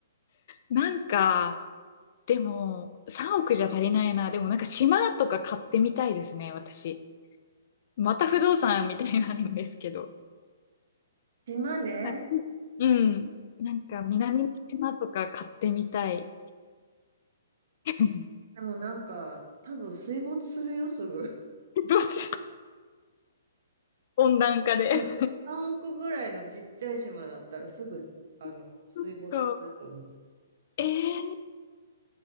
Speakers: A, on the left; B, on the right.
A: なんか、でも、3億じゃ足りないな。でもなんか島とか買ってみたいですね、私。また不動産みたいになるんですけど。
B: 島根、
A: あうん。なんか南の島とか買ってみたい。<laughs>
B: でもなんか、多分水没するよ、<laughs> すぐ。
A: どうしよう、温暖化で。
B: うん。3億ぐらいのちっちゃい島だったらすぐ、あの、
A: <laughs>
B: 水没すると思う。
A: そっか。えー